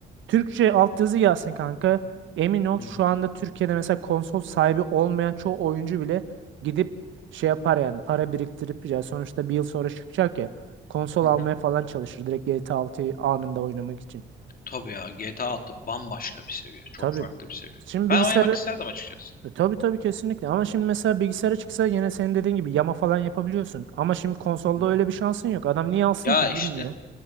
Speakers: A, on the right; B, on the left.
A: Türkçe altyazı gelsin kanka. Emin ol
B: Hı
A: şu
B: hı.
A: anda Türkiye'de mesela konsol sahibi olmayan çoğu oyuncu bile gidip şey yapar yani para biriktirip ya sonuçta bir yıl sonra çıkacak ya konsol
B: Hı
A: almaya
B: hı.
A: falan çalışır direkt GTA 6'yı anında oynamak için.
B: Tabii ya GTA 6 bambaşka bir seviye. Çok
A: Tabii.
B: farklı bir seviye.
A: Şimdi
B: Ben
A: bilgisayarı
B: oynamak isterdim açıkçası.
A: e, tabii tabii kesinlikle ama şimdi mesela bilgisayara çıksa yine senin dediğin gibi yama falan yapabiliyorsun. Ama şimdi konsolda
B: hı.
A: öyle bir şansın yok. Adam niye alsın
B: Ya
A: ki
B: işte
A: bilmiyor.